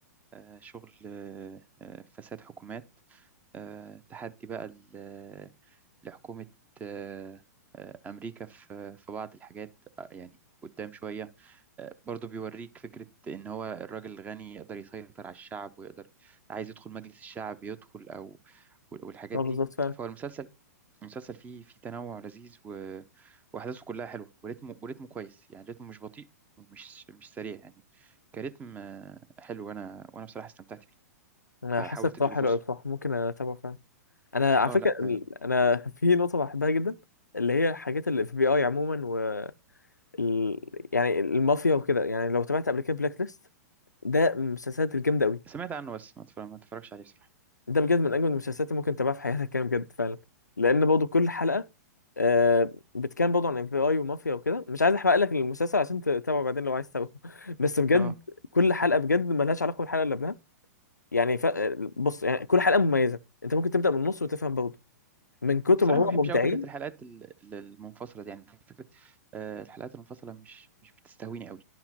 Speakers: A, on the right (about 15°); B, on the left (about 85°).
A: آه، شغل آه، آه، فساد حكومات آه، تحدي بقى ل- لحكومه آه، امريكا في في بعض الحاجات آه، يعني قدام شويه برضه بيوريك فكرة إن هو الراجل الغني يقدر يسيطر على الشعب ويقدر عايز يدخل مجلس الشعب يدخل أو والحاجات
B: اه
A: دي
B: بالظبط فعلا
A: فهو المسلسل المسلسل فيه فيه تنوع لذيذ و... وأحداثه كلها حلوة وريتمه وريتمه كويس يعني ريتمه مش بطيء ومش مش سريع يعني كريتم آه، حلو وأنا وأنا بصراحة استمتعت بيه
B: انا
A: فحاولت
B: حاسس بتاعه
A: أديله
B: حلو
A: فرصة
B: قوي بصراحه ممكن اتابعه فعلا انا على
A: اه
B: فكره
A: لا
B: ال-
A: آه،
B: انا <laughs> في نقطه بحبها جدا اللي هي الحاجات اللي في بي اي عموما و ال... يعني المافيا وكده يعني لو تابعت قبل كده بلاك ليست ده من المسلسلات الجامده قوي
A: سمعت عنه بس ما اتفرج- ما اتفرجش عليه بصراحة
B: ده بجد من اجمل المسلسلات اللي ممكن تتابعها في حياتك كده بجد فعلا لان برضه كل حلقه آه بتكلم برضه عن اف بي اي ومافيا وكده مش عايز احرق لك المسلسل عشان تتابعه بعدين لو عايز تتابعه <laughs> بس بجد
A: اه
B: كل حلقه بجد ملهاش علاقه بالحلقه اللي قبلها يعني ف... بص يعني كل حلقه مميزه انت ممكن تبدا من النص وتفهم برضه من كتر
A: بصراحة
B: ما هو
A: ما بحبش
B: مبدعين
A: قوي فكرة الحلقات ال- ال- المنفصلة دي يعني فكرة آه، الحلقات المنفصلة مش مش بتستهويني قوي